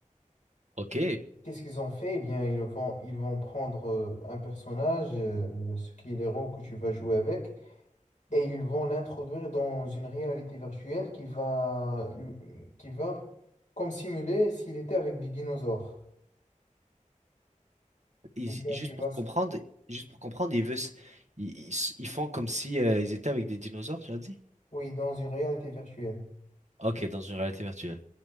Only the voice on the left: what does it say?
Qu'est-ce qu'ils ont fait? Eh bien, ils vont, ils vont prendre euh, un personnage, euh, ce qui est l'héros que tu vas jouer avec, et ils vont l'introduire dans une réalité virtuelle qui va, lui- qui va comme simuler s'il était avec des dinosaures.
Eh bien,
tu vas,
s-
oui, dans une réalité virtuelle.